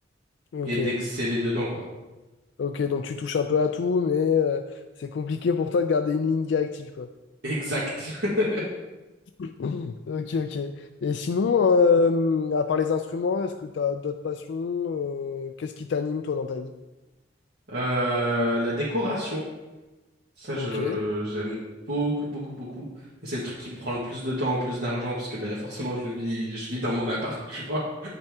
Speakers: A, on the left (about 65°); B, on the right (about 60°).
A: Ok,
B: et d'exceller dedans, quoi.
A: ok, donc tu touches un peu à tout, mais euh, c'est compliqué pour toi de garder une ligne directive, quoi.
B: Exact. <laughs>
A: <laughs> Ok, ok. Et sinon, euh, à part les instruments, est-ce que tu as d'autres passions? euh, qu'est-ce qui t'anime, toi, dans ta vie?
B: Euh, la décoration, ça,
A: Ok.
B: je j'aime beaucoup, beaucoup, beaucoup. Et c'est le truc qui me prend le plus de temps, le plus d'argent, parce que ben forcément, je vis, je vis dans mon appart, <laughs> tu vois.